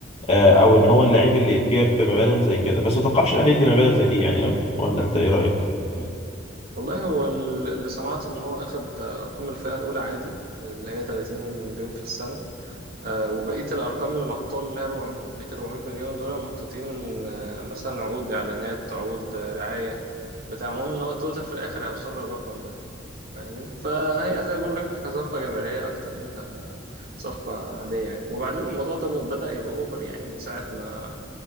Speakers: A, on the left; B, on the right.
A: آه، او ان هو اللعيب اللي يتجاب بمبالغ زي كده بس ما اتوقعش الاهلي يدي مبالغ زي دي يعني قوي ولا انت ايه رايك
B: مم. والله هو ال- اللي سمعته إن هو أخد أرقام الفئة الأولى عادي اللي هي 30 مليون في السنة آه، وبقية الأرقام اللي محطوطة اللي هي 400 بقية 400 مليون دول محطوطين آه، مثلا عقود إعلانات عقود آه، رعاية بتاع المهم إن هو التوتال في الآخر هيوصل للرقم ده فاهمني فهي زي ما بقول لك صفقة جماهيرية أكتر منها صفقة عادية يعني وبعدين الموضوع ده ب- بدأ يبقى اوفر يعني من ساعة ما